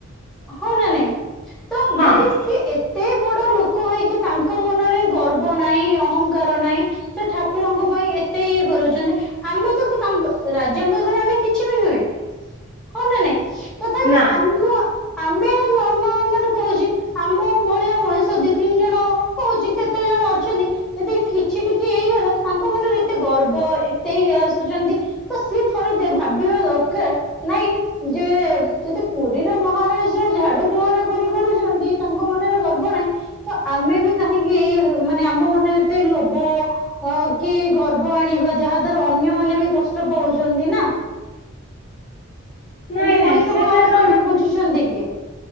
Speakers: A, in the centre; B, on the left.
A: ହଁ ନା ନାଇଁ ତ
B: ହଁ
A: ଯଦି ସିଏ ଏତେ ବଡ ଲୋକ ହେଇକି ତାଙ୍କ ମନରେ ଗର୍ବ ନାହିଁ ଅହଂଙ୍କାର ନାହିଁ ସେ ଠାକୁରଙ୍କ ପାଇଁ ଏତେ ଇଏ କରୁଛନ୍ତି ଆମେ ତ ତାଙ୍କ ରାଜାଙ୍କ ଆଗରେ ଆମେ କିଛି ବି ନୁହେଁ ହଁ ନା ନାଇଁ ତଥାପି
B: ନା
A: ଆମ ଆମେ ନନା ମାନେ କହୁଛି ଆମ ମଣିଷ ଦି ତିନି ଜଣ କହୁଚି କେତେ ଜଣ ଅଛନ୍ତି ଯଦି କିଛି ଟିକେ କେଇ ଗଲା ତାଙ୍କ ମନରୁ ଏତେ ଗର୍ବ ଏତେ ଇଏ ଆସୁଚନ୍ତି ତ ସିଏ ଥରେ ଭାବିବା ଦରକାର ନାଇଁ ଯେ ଯଦି ପୁରୀର ମହାରାଜା ଝାଡୁ ପହଁରା କରିପାରୁଚନ୍ତି ତାଙ୍କ ମନରେ ଗର୍ବ ନାହିଁ ତ ଆମେ ବି କାହିଁକି ଇଏ ମାନେ ଆମ ମନରେ ଏତେ ଲୋଭ ଅ କି ଗର୍ବ ଆଣିବା ଯାହା ଦ୍ଵାରା ଅନ୍ୟମାନେ ବି କଷ୍ଟ ପାଉଚନ୍ତି ନା।
B: ନାଇଁ
A: କିନ୍ତୁ
B: ନାଇଁ
A: ମଣିଷ କଣ ଆଉ
B: ତ
A: ସେଇଟା ବୁଝୁଛନ୍ତି କି।